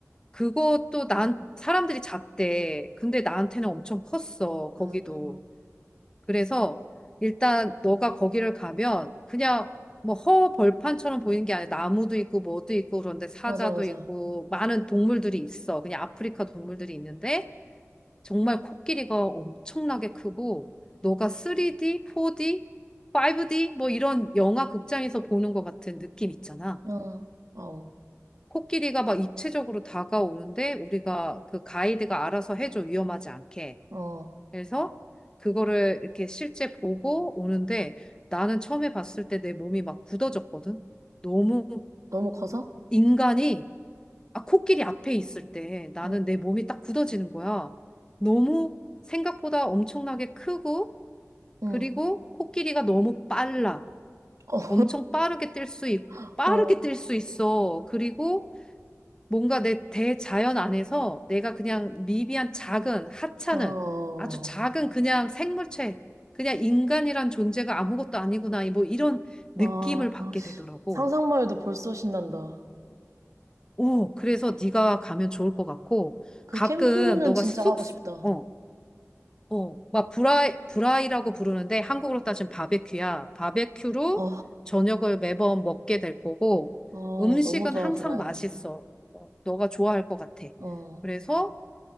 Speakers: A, on the left (about 15°); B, on the right (about 75°).
A: 그것도 난 사람들이 작대. 근데 나한테는 엄청 컸어. 거기도.
B: 아, 아.
A: 그래서 일단 너가 거기를 가면 그냥 뭐 허벌판처럼 보이는 게 아니라 나무도 있고 뭐도 있고 그런데 사자도
B: 맞아, 맞아.
A: 있고 많은 동물들이 있어. 그냥 아프리카 동물들이 있는데 정말 코끼리가 엄청나게 크고 너가 3D, 4D, 5D 뭐 이런 영화 극장에서 보는 것 같은 느낌 있잖아.
B: 어, 아우,
A: 코끼리가 막 입체적으로 다가오는데 우리가 그 가이드가 알아서 해줘 위험하지 않게.
B: 어.
A: 그래서 그거를 이렇게 실제 보고 오는데 나는 처음에 봤을 때 내 몸이 막 굳어졌거든. 너무
B: 너무 커서?
A: 인간이 아, 코끼리 앞에 있을 때 나는
B: 응,
A: 내 몸이 딱 굳어지는 거야. 너무 생각보다 엄청나게 크고
B: 응.
A: 그리고 코끼리가 너무 빨라.
B: 어,
A: 엄청 빠르게 뛸 수 있,
B: <laughs>
A: 빠르게
B: 어,
A: 뛸 수 있어. 그리고 뭔가 내 대자연 안에서 내가 그냥 미비한 작은 하찮은
B: 어.
A: 아주 작은 그냥 생물체, 그냥 인간이란 존재가 아무것도 아니구나 뭐 이런 느낌을
B: 아,
A: 받게
B: 씨.
A: 되더라고.
B: 상상만 해도 벌써 신난다.
A: 오, 그래서 네가 가면 좋을 것 같고
B: 그
A: 가끔
B: 캠프는
A: 너가
B: 진짜
A: 숙소,
B: 하고 싶다.
A: 어, 어, 막 브라이, 브라이라고 부르는데 한국으로 따지면 바베큐야. 바베큐로
B: 어,
A: 저녁을 매번 먹게 될 거고
B: 어,
A: 음식은
B: 너무 좋아,
A: 항상
B: 브라이.
A: 맛있어. 어, 너가 좋아할 것 같아.
B: 어, 어,
A: 그래서